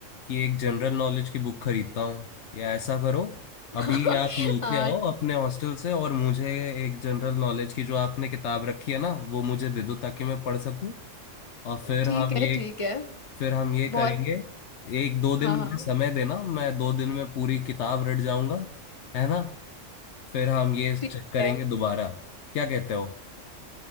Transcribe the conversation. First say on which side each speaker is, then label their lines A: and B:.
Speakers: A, on the left; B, on the left.
A: कि एक जनरल नॉलेज की बुक खरीदता हूँ या ऐसा करो
B: <laughs>
A: अभी आप नीचे
B: हाँ
A: आओ अपने हॉस्टल से और मुझे एक जनरल नॉलेज की जो आपने किताब रखी है ना वो मुझे दे दो ताकि मैं पढ़ सकूँ और फिर
B: ठीक
A: हम
B: है
A: ये
B: ठीक है
A: फिर हम ये करेंगे
B: बहुत
A: एक दो दिन
B: हाँ हाँ
A: मुझे समय देना मैं दो दिन में पूरी किताब रट जाऊंगा है ना फिर हम ये चेक
B: ठीक
A: करेंगे
B: है
A: दोबारा क्या कहते हो
B: ठीक।